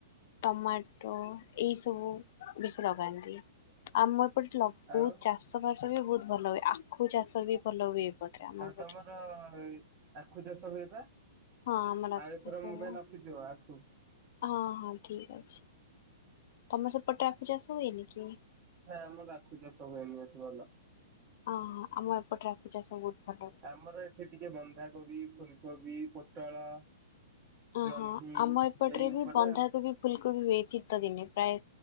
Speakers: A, on the left (about 55°); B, on the right (about 35°).
A: ଟମାଟୋ ଏଇ ସବୁ ବେଶୀ ଲଗାନ୍ତି ଆମ ଏପଟେ ବହୁତ
B: ଆଉ
A: ଚାଷ ବାସ ବି ବହୁତ ଭଲ ହୁଏ ଆଖୁ ଚାଷ ବି ଭଲ ହୁଏ। ଏପଟରେ ଆମ
B: ଆ
A: ଏପଟରେ।
B: ତମର ଆଖୁ ଚାଷ ହୁଏବା
A: ହଁ ଆମର ଆଖୁ
B: ଆଉ ଏଥର
A: ଚାଷ
B: ମୁଁ
A: ହୁଏ
B: ପାଇଁ ରଖି ଥିବ ଆଖୁ।
A: ହଁ ହଁ ଠିକ୍ ଅଛି ତମେ ସେପଟେ ଆଖୁ ଚାଷ ହୁଏନି କି?
B: ଇ ଆମର ଆଖୁ ଚାଷ ହୁଏନି ଏଠି ଭଲ।
A: ହଁ ଆମ ଏପଟେ ଆଖୁ ଚାଷ ବହୁତ ଭଲ।
B: ଆମର ଏଠି ଟିକେ ବନ୍ଧାକୋବି ଫୁଲକୋବି ପୋଟଳ
A: ଓହୋ
B: ଜହ୍ନି
A: ଆମ ଏପଟରେ
B: ଏଇ ଉପରେ
A: ବି ବନ୍ଧାକୋବି ଫୁଲକୋବି ହୁଏ ଶୀତ ଦିନେ ପ୍ରାୟ